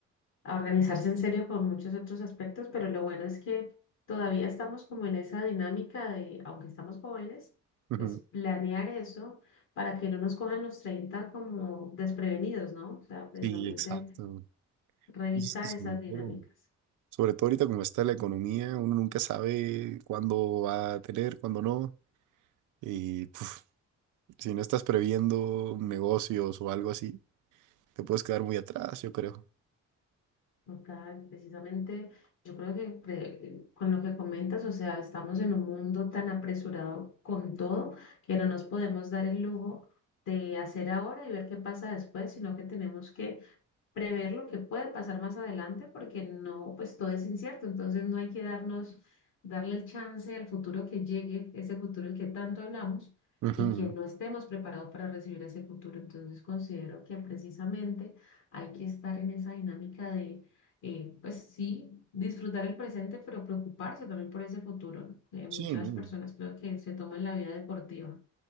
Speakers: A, on the left (about 75°); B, on the right (about 80°).
A: a organizarse en serio con muchos otros aspectos, pero lo bueno es que todavía estamos como en esa dinámica de, aunque estamos jóvenes,
B: Ujú.
A: pues planear eso para que no nos cojan los 30 como desprevenidos, ¿no? O sea, precisamente
B: Sí, exacto.
A: revisar
B: Pues Es que sobre
A: esas dinámicas.
B: todo, sobre todo ahorita como está la economía, uno nunca sabe cuándo va a tener, cuándo no. Y puf, si no estás previendo negocios o algo así, te puedes quedar muy atrás, yo creo.
A: O precisamente yo creo que pre- con lo que comentas, o sea, estamos en un mundo tan apresurado con todo que no nos podemos dar el lujo de hacer ahora y ver qué pasa después, sino que tenemos que prever lo que puede pasar más adelante, porque no, pues todo es incierto, entonces no hay que darnos, darle el chance al futuro que llegue, ese futuro del que tanto hablamos,
B: Ujú.
A: y que no estemos preparados para recibir ese futuro. Entonces considero que precisamente hay que estar en esa dinámica de, eh, pues sí, disfrutar el presente, pero preocuparse también por ese futuro, ¿no? Eh,
B: Sí,
A: muchas
B: no.
A: personas creo que se toman la vida deportiva.